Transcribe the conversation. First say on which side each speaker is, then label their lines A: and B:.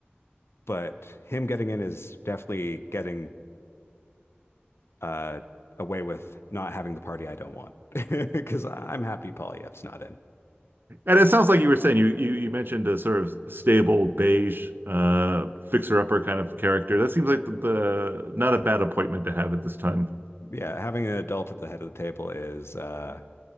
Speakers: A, on the left; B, on the right.
A: but him getting in is definitely getting uh, away with not having the party I don't want. <laughs> Because I'm happy Polyef's not in.
B: And it sounds like you were saying you you, you mentioned a sort of stable beige uh fixer-upper kind of character. That seems like the, the not a bad appointment to have at this time.
A: Yeah, having an adult at the head of the table is uh,